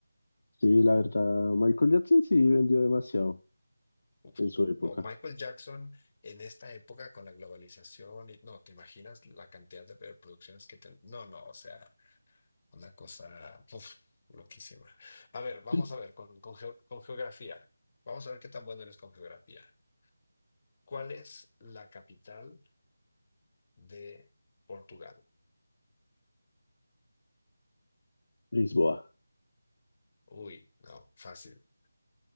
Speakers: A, on the left; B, on the left.
A: Sí, la verdad, Michael Jackson sí vendió demasiado
B: Uf.
A: en su época.
B: No, Michael Jackson en esta época con la globalización, y, no, ¿te imaginas la cantidad de producciones que... ten- no, no, o sea... Una cosa uf, loquísima. A ver, vamos
A: Sí.
B: a ver con, con geo- con geografía. Vamos a ver qué tan bueno eres con geografía. ¿Cuál es la capital de Portugal?
A: Lisboa,
B: Uy, no, fácil.